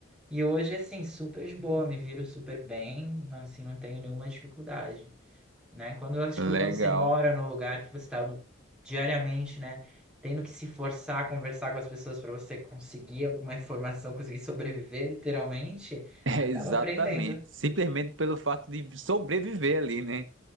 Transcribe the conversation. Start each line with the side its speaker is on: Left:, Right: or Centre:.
Centre: E hoje, assim, super de boa, me viro super bem, não, assim, não tenho nenhuma dificuldade né? Quando eu acho que quando
Right: Legal.
Centre: você mora
Right: <laughs>
Centre: no lugar que você está diariamente, né, tendo que se forçar a conversar com as pessoas para você conseguir alguma informação, conseguir sobreviver, literalmente,
Right: É,
Centre: acaba
Right: exatamente.
Centre: aprendendo.
Right: Simplesmente pelo fato de sobreviver ali, né?